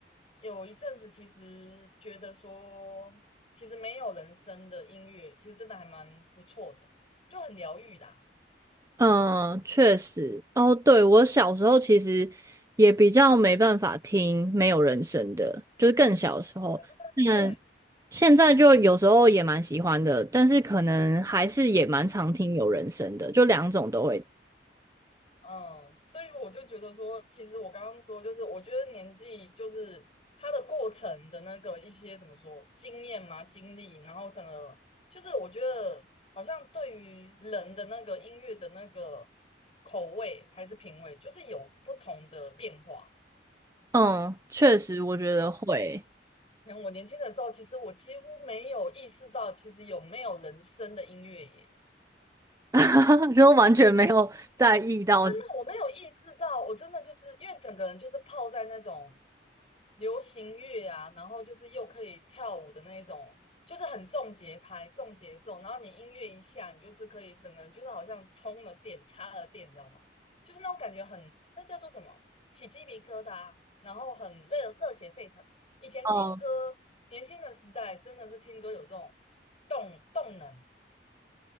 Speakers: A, on the left; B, on the right.
A: 有一阵子其实觉得说，其实没有人声的音乐，其实真的还蛮不错的，就很疗愈的啊
B: 嗯，确实。哦，对，我小时候其实也比较没办法听没有人声的，就是更小的时候。
A: 对不对？
B: 嗯，现在就有时候也蛮喜欢的，但是可能还是也蛮常听有人声的，就两种都会。
A: 嗯，所以我就觉得说，其实我刚刚说，就是我觉得年纪就是它的过程的那个一些怎么说经验嘛、经历，然后整个就是我觉得好像对于人的那个音乐的那个口味还是品味，就是有不同的变化。
B: 嗯，确实，我觉得会，
A: 像我年轻的时候，其实我几乎没有意识到，其实有没有人声的音乐耶。
B: <laughs> 就完全没有在意到。
A: 真的，我没有意识到，我真的就是因为整个人就是泡在那种流行乐啊，然后就是又可以跳舞的那种，就是很重节拍、重节奏，然后你音乐一下，你就是可以整个人就是好像充了电、插了电，你知道吗？就是那种感觉很，那叫做什么？起鸡皮疙瘩，然后很热热血沸腾。以前听歌，
B: 嗯，
A: 年轻的时代真的是听歌有这种动动能，